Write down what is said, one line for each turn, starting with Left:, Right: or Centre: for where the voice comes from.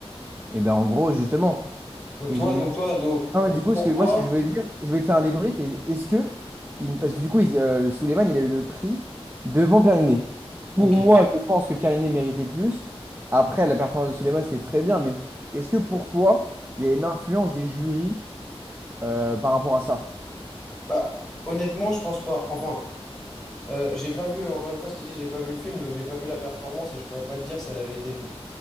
Right: Et ben en gros, justement.
Centre: Donc
Right: Et
Centre: toi,
Right: je me
Centre: donc
Right: dis,
Centre: toi, donc,
Right: Ah ouais,
Centre: donc
Right: du coup,
Centre: pour
Right: ce que,
Centre: toi,
Right: moi, ce que je veux dire, je vais te faire un débrief. Et est-ce que, il- parce que du coup, il- euh, le Souleymane, il a eu le prix devant Pierre Linné.
Centre: ok.
Right: Pour moi, je pense que Pierre Linné méritait plus. Après, la performance de Souleymane, c'était très bien. Mais est-ce que pour toi, il y a une influence des jurys euh, par rapport à ça?
Centre: Bah, honnêtement, je pense pas. Enfin, euh, j'ai pas vu, encore une fois, je t'ai dit, j'ai pas vu le film, donc j'ai pas vu la performance et je pourrais pas te dire si elle avait été m-